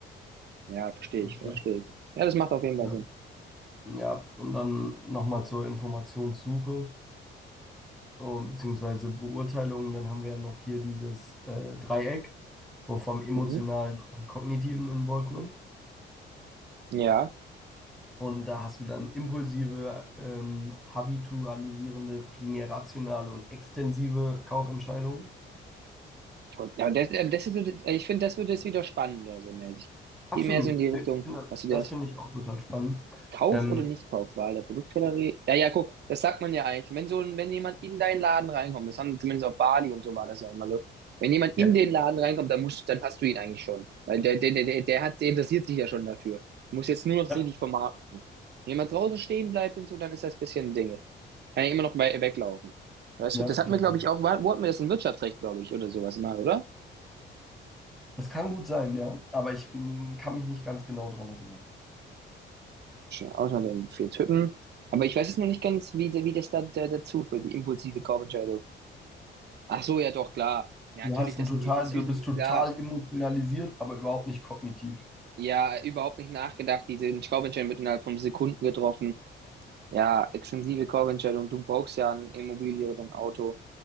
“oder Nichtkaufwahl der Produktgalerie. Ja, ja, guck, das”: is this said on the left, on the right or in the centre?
Right